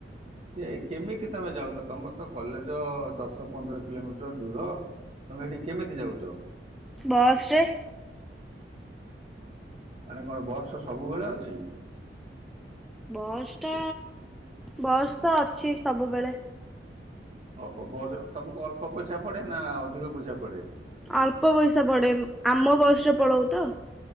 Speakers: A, on the right; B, in the centre.
A: ସେ କେମିତି ତମେ ଯାଉଛ ତମର ତ କଲେଜ ଦଶ ପନ୍ଦର କିଲୋମିଟର ଦୂର ତମେ ସେଠି କେମିତି ଯାଉଚ?
B: ବସରେ।
A: ମାନେ କଣ ବସ୍ ସବୁବେଳେ ଅଛି?
B: ବସ୍ ଟା ବସ୍ ତ ଅଛି ସବୁବେଳେ।
A: ଓହୋ ବସ୍ ତମକୁ ଅଳ୍ପ ପଇସା ପଡେ ନା ଅଧିକ ପଇସା ପଡେ।
B: ଅଳ୍ପ ପଇସା ପଡେ ଆମ ବୟସରେ ପଳଉ ତ